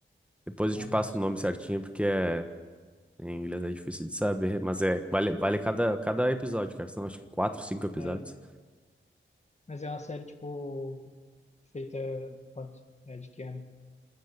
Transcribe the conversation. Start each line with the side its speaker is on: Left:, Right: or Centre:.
Centre: Depois eu
Left: Ah,
Centre: te
Left: moço.
Centre: passo o nome certinho, porque é, em inglês é difícil de saber, mas é, vale, vale cada, cada episódio, cara. São acho que quatro, cinco episódios.
Left: Né? Mas é uma série, tipo, feita quanto? É, de que ano?